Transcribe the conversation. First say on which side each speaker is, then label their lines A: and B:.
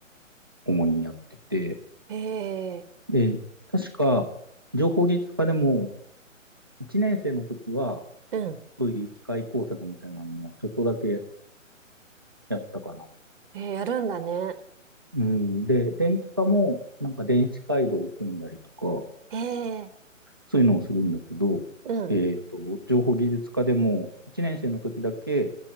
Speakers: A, on the right; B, on the right.
A: 主にやってて、
B: ええ
A: で、確か情報技術科でも一年生の時は、
B: うん。
A: そういう機械工作みたいなのもちょっとだけやったかな。
B: ええやるんだね。
A: うん。で、電気科も、なんか電子回路を組んだりとか、
B: ええ
A: そういうのをするんだけど、
B: うん、
A: えっと、情報技術科でも、一年生の時だけ、